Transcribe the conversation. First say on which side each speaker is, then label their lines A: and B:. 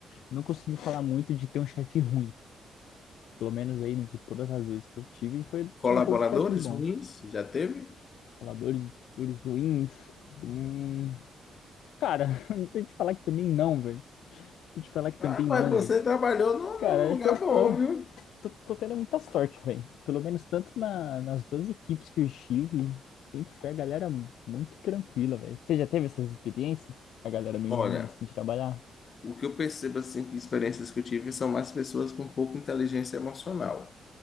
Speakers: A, on the left; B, on the left.
A: não consigo falar muito de ter um chefe ruim. Pelo menos aí, de todas as vezes que eu tive, foi-
B: Colaboradores
A: foram todos chefes bons.
B: ruins, já teve?
A: Colaboradores ruins. Hum... Cara, <laughs> não sei te falar que também não, velho. Deixa eu te falar que
B: Ah,
A: também
B: mas
A: não,
B: você
A: velho.
B: trabalhou num
A: Cara,
B: num lugar
A: acho que eu
B: bom,
A: tô.
B: viu?
A: tô, tô tendo muita sorte, velho. Pelo menos tanto na- nas duas equipes que eu estive, sempre foi a galera muito tranquila, velho. Você já teve essas experiências? A galera meio
B: Olha,
A: ruim assim de trabalhar?
B: o que eu percebo assim que experiências que eu tive são mais pessoas com pouca inteligência emocional.